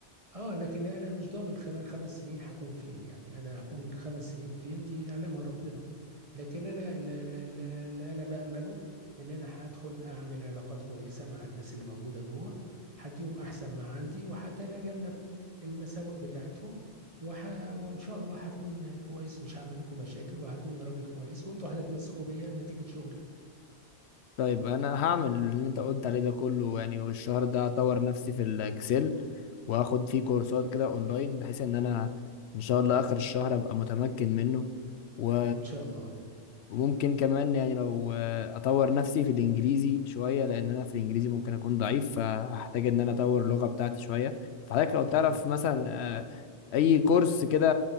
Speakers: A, on the right (about 35°); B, on the left (about 80°).
A: اه لكن انا مش ضامن كمان خمس سنين هكون فين يعني انا هكون خمس سنين فين دي يعلمها ربنا لكن انا اللي, اللي اللي انا بأمله ان انا هدخل اعمل علاقات كويسة مع الناس اللي موجودة جوه هديهم احسن ما عندي وهتجنب المساوئ بتاعتهم وح... وان شاء الله هكون كويس مش هعمل لكم مشاكل وهكون راجل كويس وانتوا هتتمسكوا بيا نتيجة شغلي
B: طيب انا هعمل اللي انت قلت عليه ده كله يعني والشهر ده هطور نفسي في الاكسل واخد فيه كورسات كده اونلاين بحيث ان انا ان شاء الله اخر الشهر ابقى متمكن منه و...
A: ان شاء الله
B: وممكن كمان يعني لو آه، اطور نفسي في الانجليزي شويه لان انا في الانجليزي ممكن اكون ضعيف فهحتاج ان انا اطور اللغه بتاعتي شويه فحضرتك لو تعرف
A: جميل
B: مثلا آه، اي كورس كده